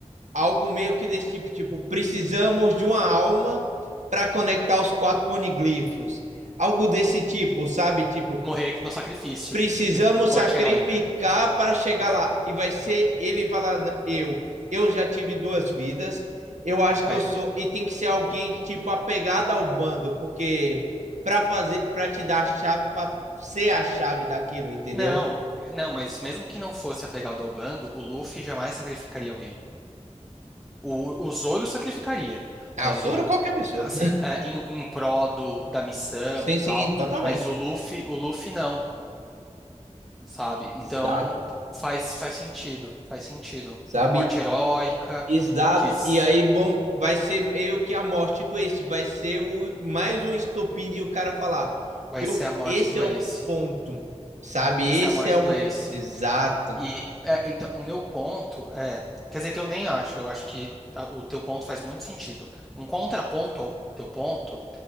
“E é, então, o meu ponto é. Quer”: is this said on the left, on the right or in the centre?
Centre